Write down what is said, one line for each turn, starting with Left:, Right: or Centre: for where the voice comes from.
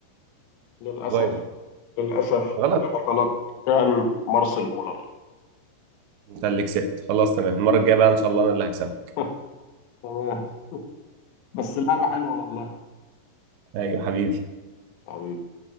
Left: للاسف
Right: فايلر
Left: للاسف
Right: غلط
Left: اجابه غلط كان مارسيل كولر
Right: انت اللي كسبت خلاص تمام المرة الجاية بقى إن شاء الله أنا اللي هكسبك
Left: <laughs> تمام بس لعبه حلوه والله
Right: أيوة حبيبي
Left: حبيبي